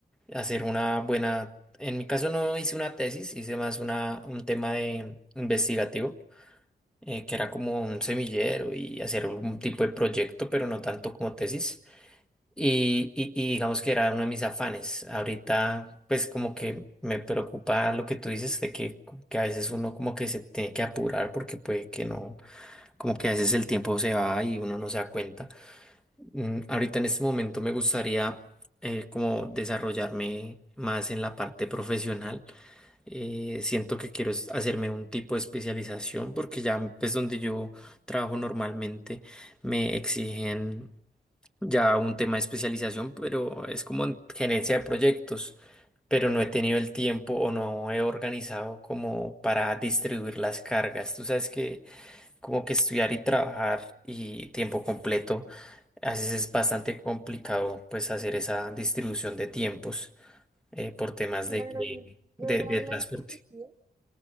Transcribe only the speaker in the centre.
hacer una buena, en mi caso no hice una tesis, hice más una, un tema de investigativo, eh, que era como un semillero y hacer un tipo de proyecto, pero no tanto como tesis. Y, y, y digamos que era uno de mis afanes. Ahorita, pues como que me preocupa lo que tú dices de que, que a veces uno como que se tiene que apurar porque puede que no como que a veces el tiempo se va y uno no se da cuenta. Mm, ahorita en este momento me gustaría eh, como desarrollarme más en la parte profesional. Eh, siento que quiero es- hacerme un tipo de especialización porque ya pues donde yo trabajo normalmente me exigen ya un tema de especialización, pero es como en gerencia de proyectos. pero no he tenido el tiempo o no he organizado como para distribuir las cargas. Tú sabes que como que estudiar y trabajar y tiempo completo, a veces es bastante complicado pues hacer esa distribución de tiempos eh, por temas
de, que-
de,
de
transporte.